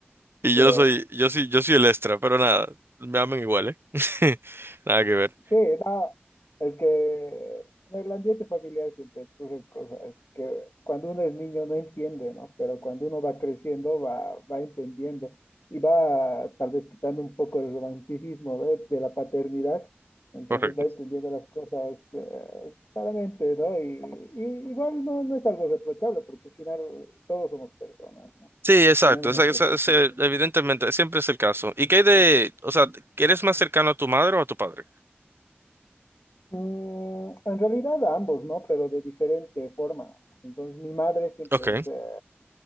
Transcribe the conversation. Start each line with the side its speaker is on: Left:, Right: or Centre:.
Right: y
Left: Sí.
Right: yo soy, yo soy, yo soy el extra, pero nada, me aman igual, ¿eh? <laughs> Nada que ver.
Left: Sí, no, es que en el ambiente familiar siempre ocurren cosas que cuando uno es niño no entiende, ¿no? Pero cuando uno va creciendo va, va entendiendo y va tal vez quitando un poco el romanticismo de, de la paternidad, entonces
Right: Correcto.
Left: va entendiendo las cosas eh, claramente, ¿no? Y, y igual no, no es algo reprochable porque al final todos somos personas, ¿no?
Right: Sí, exacto,
Left: Tenemos
Right: esa-
Left: nuestros
Right: esa-
Left: sentidos.
Right: ese- evidentemente, siempre es el caso. ¿Y qué hay de, o sea, eres más cercano a tu madre o a tu padre?
Left: Mm, en realidad a ambos, ¿no? Pero de diferente forma. Entonces, mi madre siempre
Right: Ok,
Left: es, eh,